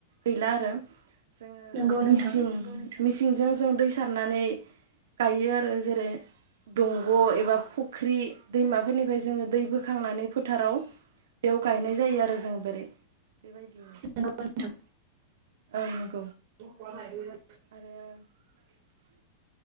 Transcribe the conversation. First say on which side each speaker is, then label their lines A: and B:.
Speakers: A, on the right; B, on the right.
A: गैला आरो जोङो
B: नंगौ नोंथां
A: मिसिं मिसिंजों जों दै सारनानै गायो आरो जेरै दंग' एबा फुख्रि दैमाफोरनिफ्राय जोङो दैबो खांनानै फोथाराव बेयाव गायनाय जायो आरो जों बोरै बेबायदि
B: नंगौ नोंथां
A: ओं नों
B: <unintelligible> <unintelligible>
A: आरो